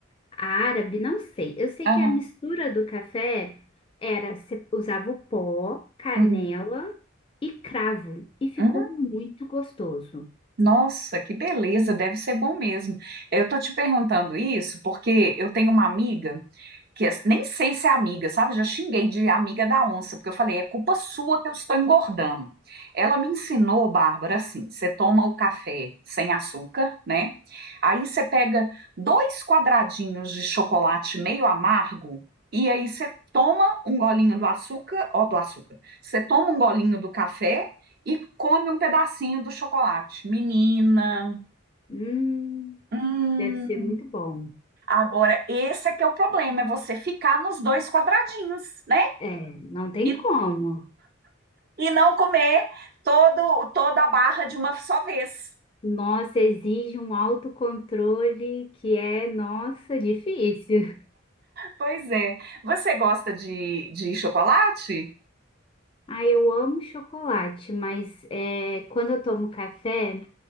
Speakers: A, on the left; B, on the right.
A: árabe, não sei. Eu sei
B: aham,
A: que a mistura do café era, você usava o pó, canela
B: uhum.
A: e cravo, e ficou
B: Hum,
A: muito gostoso.
B: Nossa, que beleza, deve ser bom mesmo. Eu tô te perguntando isso porque eu tenho uma amiga. que as- nem sei se é amiga, sabe? Já xinguei de amiga da onça, porque eu falei, é culpa sua que eu estou engordando. Ela me ensinou, Bárbara, assim: você toma o café sem açúcar, né? Aí você pega dois quadradinhos de chocolate meio amargo, e aí você toma um golinho do açúcar, ó, do açúcar. Você toma um golinho do café e come um pedacinho do chocolate. Menina,
A: Hum,
B: hum.
A: deve ser muito bom.
B: Agora, esse é que é o problema, é você ficar nos dois quadradinhos, né?
A: É, não tem
B: E
A: como.
B: e não comer todo, toda a barra de uma só vez.
A: Nossa, exige um autocontrole que é, nossa, difícil.
B: Pois é. Você gosta de, de chocolate?
A: Ah, eu amo chocolate, mas é, quando eu tomo café,